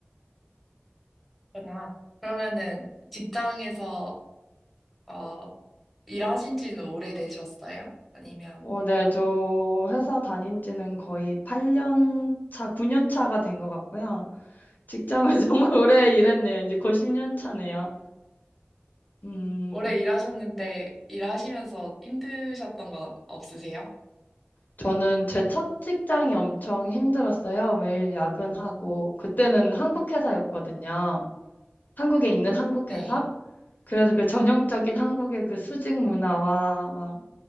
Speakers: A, in the centre; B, on the left.
A: 그러나 그러면은 직장에서, 어, 일하신 지는 오래되셨어요? 아니면?
B: 어, 네, 저 회사 다닌 지는 거의 8년 차, 9년 차가 된 것 같고요. 직장을 <laughs> 정말 오래 일했네요. 이제 곧 10년 차네요. 음,
A: 오래 일하셨는데 일하시면서 힘드셨던 건 없으세요?
B: 저는 제 첫 직장이 엄청 힘들었어요. 매일 야근하고, 그때는 한국 회사였거든요. 한국에 있는 한국
A: 네.
B: 회사? 그래서 그 전형적인 한국의 그 수직 문화와 막